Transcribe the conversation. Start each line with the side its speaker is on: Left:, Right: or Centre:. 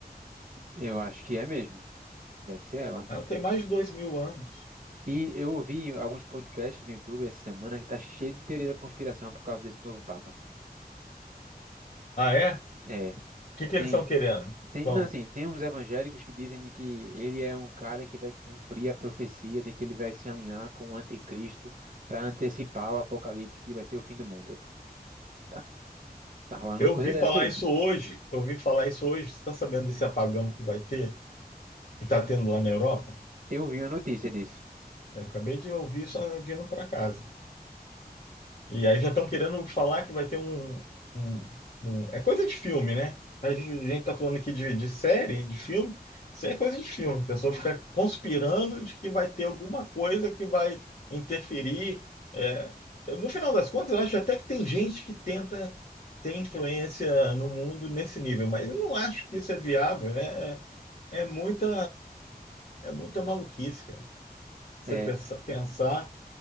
Right: Eu acho que é mesmo. Deve ser ela.
Left: Ah, tem mais de dois mil anos.
Right: E eu ouvi alguns podcasts no YouTube essa semana que tá cheio de teoria da conspiração por causa desse novo Papa.
Left: Ah, é? O
Right: É,
Left: que que eles
Right: tem.
Left: estão querendo?
Right: Tem,
Left: Bom,
Right: não, assim, tem uns evangélicos que dizem que ele é um cara que vai cumprir a profecia de que ele vai se alinhar com o anticristo para antecipar o apocalipse e vai ser o fim do mundo. Tá, tá rolando
Left: eu
Right: uma coisa
Left: vi falar
Right: dessa aí.
Left: isso hoje. Eu vi falar isso hoje. Você está sabendo desse apagão que vai ter? Que está tendo lá na Europa?
Right: Eu vi uma notícia disso.
Left: Eu acabei de ouvir isso ah, vindo para casa. E aí já estão querendo falar que vai ter um, um- um- É coisa de filme, né? A gente tá falando aqui de, de série, de filme. Isso é coisa de filme. A pessoa fica conspirando de que vai ter alguma coisa que vai interferir. É, No final das contas, eu acho até que tem gente que tenta ter influência no mundo nesse nível, mas eu não acho que isso é viável, né? É, é muita, é muita maluquice, cara. Você
Right: É,
Left: pensa- pensar